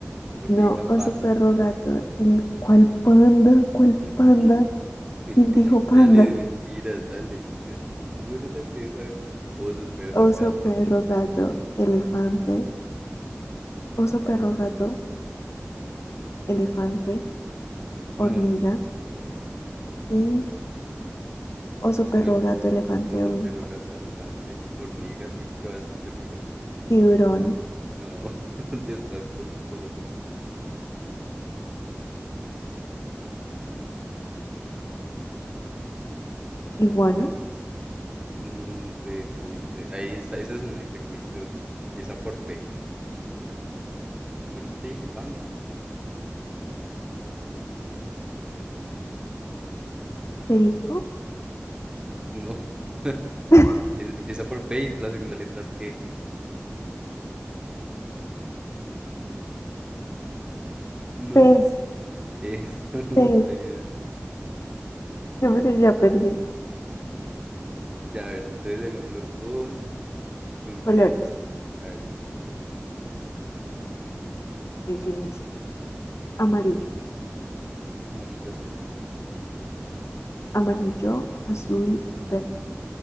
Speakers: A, on the right (about 20°); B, on the left (about 75°).
A: hormiga,
B: No, oso,
A: panda.
B: perro, gato. El, ¿cuál panda? ¿Cuál
A: <laughs>
B: panda?
A: <laughs>
B: ¿Quién dijo panda?
A: Dale, mentiras, dale. Pues tú eres la que debe saber. Oso, perro,
B: Oso,
A: gato.
B: perro, gato, elefante. Oso, perro, gato, elefante,
A: No,
B: hormiga. Y
A: <laughs>
B: oso, perro,
A: no me enteras
B: gato,
A: así.
B: elefante,
A: Oso,
B: hor-
A: perro, gato, elefante, hormiga, sí, qué vas después de hormiga.
B: tiburón,
A: No, <laughs> te estás comiendo dos.
B: iguana,
A: Mm, te comiste. Ahí está, esa es una y te comiste otro. Empieza por P. Por eso te dije panda.
B: perico,
A: No. <laughs>
B: <laughs>
A: Es- empieza por P y la segunda letra es E. No,
B: pez,
A: eso, <laughs>
B: pez.
A: pues.
B: No, pero ya perdí.
A: Ya, a ver, entonces hagámoslo con. ¿Con
B: Colores.
A: qué? A ver, con colores.
B: Y yo inicio. Amarillo.
A: Amarillo, azul.
B: Amarillo, azul, verde.